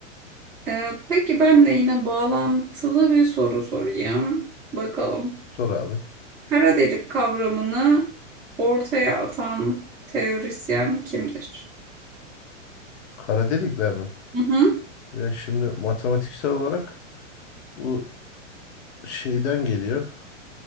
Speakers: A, in the centre; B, on the left.
A: Ee, peki ben de yine bağlantılı bir soru sorayım. Bakalım.
B: Sor abi.
A: Kara delik kavramını ortaya atan teorisyen kimdir?
B: Kara delikler mi?
A: Hı hı.
B: Ya şimdi matematiksel olarak bu şeyden geliyor.